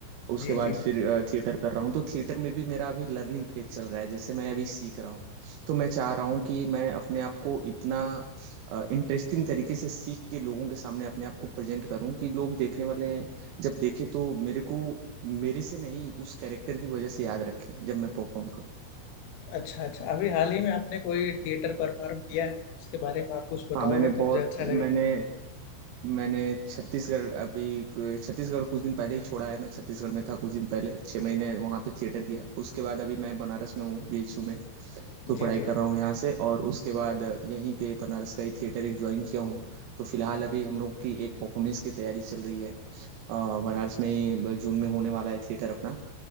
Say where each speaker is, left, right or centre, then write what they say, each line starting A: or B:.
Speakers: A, on the right; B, on the left.
A: उसके
B: जी
A: बाद
B: जी
A: फिर थिएटर कर रहा हूँ तो थिएटर में भी मेरा अभी लर्निंग फेज चल रहा है जैसे मैं अभी सीख रहा हूँ तो मैं चाह रहा हूँ कि मैं अपने आप को इतना इंटरेस्टिंग तरीके से सीख के लोगों के सामने अपने आप को प्रेजेंट करूँ कि लोग देखने वाले जब देखें तो मेरे को मेरे से नहीं उस कैरेक्टर की वजह से याद रखें जब मैं परफॉर्म करूँ
B: अच्छा अच्छा अभी हाल ही में आपने कोई थिएटर परफॉर्म किया है उसके बारे में आप कुछ
A: हाँ
B: बताओगे
A: मैंने बहुत
B: तो मुझे अच्छा
A: मैंने
B: लगेगा
A: मैंने छत्तीसगढ़ अभी छत्तीसगढ़ कुछ दिन पहले ही छोड़ा है मैं छत्तीसगढ़ में था कुछ दिन पहले छः महीने वहाँ पे थिएटर किया उसके बाद अभी मैं बनारस में हूँ बीएचयू में तो
B: जी
A: पढ़ाई
B: जी
A: कर रहा हूँ यहाँ से और उसके बाद यहीं पे बनारस का ही थिएटर एक ज्वाइन किया हूँ तो फिलहाल अभी हम लोग की एक परफॉर्मेंस की तैयारी चल रही है अ, बनारस में ही ब- जून में होने वाला है थिएटर अपना